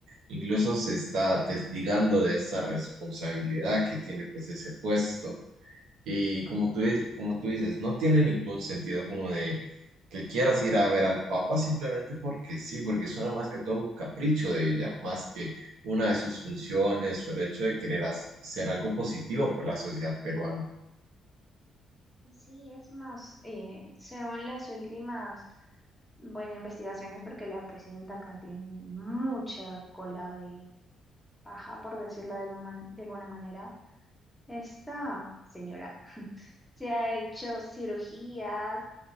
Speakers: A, on the right; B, in the centre.
A: Incluso se está desligando de esa responsabilidad que tiene pues ese puesto. Y como tú, es- como tú dices, no tiene ningún sentido como de que quieras ir a ver al Papa simplemente porque sí, porque suena más que todo un capricho de ella, más que una de sus funciones o el hecho de querer hac- hacer algo positivo por la sociedad peruana.
B: Sí, es más, eh, según las últimas, bueno, investigaciones, porque la presidenta acá tiene mucha cola de paja, por decirlo de, alguna man- de alguna manera, Esta señora se ha hecho cirugías,